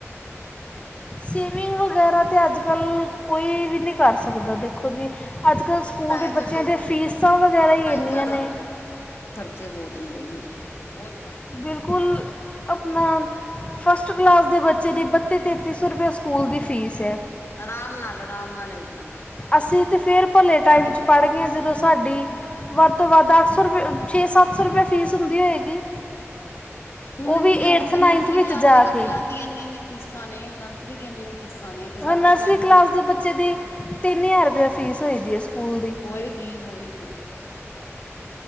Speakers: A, on the left; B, on the left.
A: ਸੇਵਿੰਗ ਵਗੈਰਾ ਤੇ ਅੱਜ ਕੱਲ੍ਹ ਕੋਈ ਵੀ ਨਹੀਂ ਕਰ ਸਕਦਾ ਦੇਖੋ ਜੀ। ਅੱਜ ਕੱਲ੍ਹ ਸਕੂਲ
B: ਹੈ
A: ਦੇ
B: ਚੱਲ
A: ਬੱਚਿਆਂ
B: ਦੋ
A: ਦੀ ਫੀਸਾਂ ਵਗੈਰਾ ਹੀ
B: ਢਾਈ
A: ਇੰਨੀਆਂ
B: ਹਜ਼ਾਰ
A: ਨੇ
B: ਖਰਚੇ ਬੋਤ ਨੇ ਬਾਈ, ਬੋਤ
A: ਬਿਲਕੁਲ ਆਪਣਾ ਫਸਟ ਕਲਾਸ ਦੇ ਬੱਚੇ ਦੀ ਬੱਤੀ ਤੇਤੀ ਸੌ ਰੁਪਈਏ ਸਕੂਲ ਦੀ ਫ਼ੀਸ ਹੈ।
B: ਅਰਾਮ ਨਾਲ ਅਰਾਮ ਨਾਲ ਲਈ
A: ਅਸੀਂ ਤਾਂ ਫਿਰ ਭਲੇ ਟਾਈਮ
B: ਬਹੁਤ
A: 'ਚ ਪੜ੍ਹ
B: ਨੇ
A: ਗਏ ਹਾਂ ਜਦੋਂ ਸਾਡੀ ਵੱਧ ਤੋਂ ਵੱਧ ਅੱਠ ਸੌ ਰੁਪੇ ਛੇ ਸੱਤ ਸੌ ਰੁਪਏ ਫੀਸ ਹੁੰਦੀ ਹੋਏਗੀ।
B: ਹੁਣ
A: ਉਹ ਵੀ
B: ਨ ਹੈ ਹੁਣ ਤੇ ਨਰਸਰੀ
A: ਵਿੱਚ
B: ਕਲਾਸ
A: ਜਾ
B: ਦੇ ਬੱਚਿਆਂ
A: ਕੇ
B: ਦੀਆਂ ਇੰਨੀ-ਇੰਨੀ ਫੀਸਾਂ ਨੇ ਨਰਸਰੀ ਦੀ ਇੰਨੀ-ਇਨੀ ਫੀਸਾਂ ਨੇ ਤੇ ਸਾਡੇ
A: ਹ ਨਰਸਰੀ
B: ਟਾਈਮ
A: ਕਲਾਸ ਦੇ ਬੱਚੇ ਦੀ ਤਿੰਨ ਹਜ਼ਾਰ ਰੁਪਿਆ ਫੀਸ ਹੋ ਦੀ ਹੈ ਸਕੂਲ ਦੀ
B: ਹੋਏਗੀ ਹੋਏਗੀ